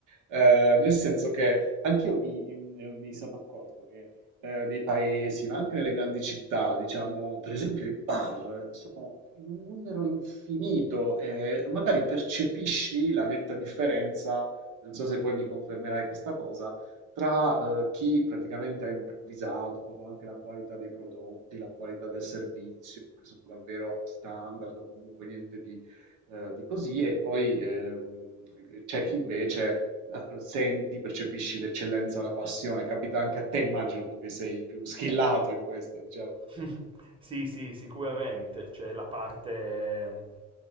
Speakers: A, on the right; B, on the right.
A: Eh, nel senso che anch'io mi, mm, mi sono accorto che eh, nei paesi, ma anche nelle grandi città, diciamo, per esempio i bar sono in un numero infinito e magari percepisci la netta differenza non so se poi mi confermerai questa cosa, tra eh, chi praticamente ha improvvisato proprio anche la qualità dei prodotti, la qualità del servizio, che sono davvero standard o comunque niente di, eh, di così, e poi ehm, c'è chi invece la- senti, percepisci l'eccellenza, la passione. Capita anche a te, immagino tu che sei più schillato in questo, diciamo.
B: <laughs> Sì, sì, sicuramente. C'è la parte...